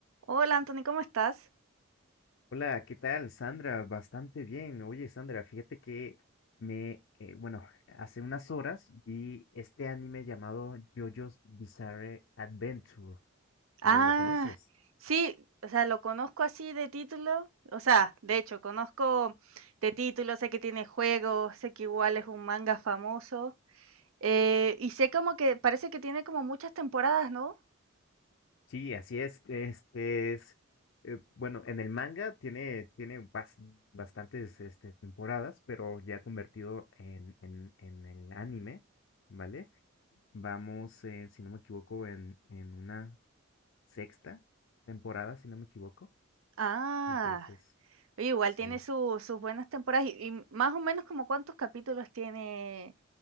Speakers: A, on the right (about 80°); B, on the left (about 60°).
A: Hola Anthony, ¿cómo estás?
B: Hola, ¿qué tal, Sandra? Bastante bien. Oye, Sandra, fíjate que me, eh, bueno, hace unas horas vi este anime llamado JoJo's Bizarre Adventure. ¿Lo,
A: Ah,
B: lo conoces?
A: sí, o sea, lo conozco así de título, o sea, de hecho, conozco de título, sé que tiene juegos, sé que igual es un manga famoso, eh, y sé como que parece que tiene como muchas temporadas, ¿no?
B: Sí, así es. Este es, eh, bueno, en el manga tiene, tiene bas- bastantes este, temporadas, pero ya convertido en, en, en el anime, ¿vale? Vamos, eh, si no me equivoco, en, en una sexta temporada, si no me equivoco.
A: Ah,
B: Entonces,
A: oye, igual
B: Sí.
A: tiene su- sus buenas temporadas, y, y más o menos como cuántos capítulos tiene